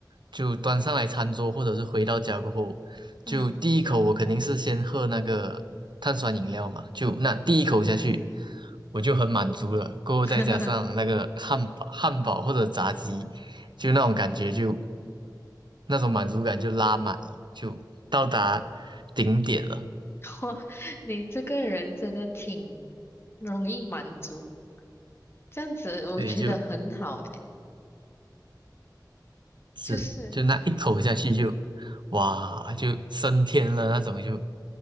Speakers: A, on the right (about 80°); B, on the left (about 30°).
A: 就端上来餐桌，或者是回到家过后，
B: 嗯，
A: 就第一口我肯定是先喝那个碳酸饮料嘛，就那第一口下去我就很满足了，过后再加上那个汉堡、
B: <laughs>
A: 汉堡或者炸鸡，就那种感觉就那种满足感就拉满了，就到达顶点了。
B: 哇，你这个人真的挺容易满足，这样子我觉得很好诶，
A: 对，就是就那一口下去就，
B: 就是
A: 哇，就升天了那种就，